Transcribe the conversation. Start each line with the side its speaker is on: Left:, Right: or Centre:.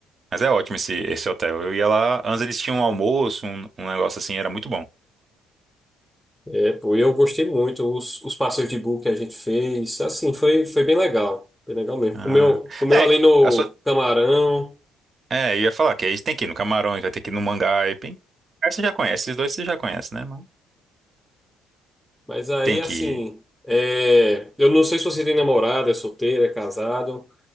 Right: Mas é ótimo esse, esse hotel. Eu ia lá, antes eles tinham um almoço, um, um negócio assim, era muito bom.
Centre: É, pô, eu gostei muito. Os, os passeios de bug que a gente fez, assim, foi, foi bem legal. Foi legal mesmo.
Right: Ah.
Centre: Comeu, comeu
Right: É,
Centre: ali no
Right: a sua,
Centre: Camarão,
Right: é, eu ia falar que aí tem que ir no Camarões, vai ter que ir no Mangai. Tem, aí você já conhece, esses dois você já conhece, né, mano?
Centre: mas aí,
Right: Tem que
Centre: assim,
Right: ir.
Centre: é, eu não sei se você tem namorada, é solteiro, é casado,